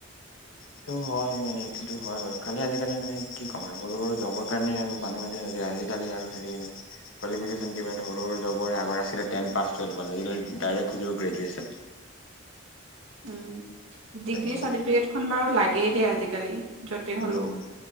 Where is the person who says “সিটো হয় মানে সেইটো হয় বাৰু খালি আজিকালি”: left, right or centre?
Left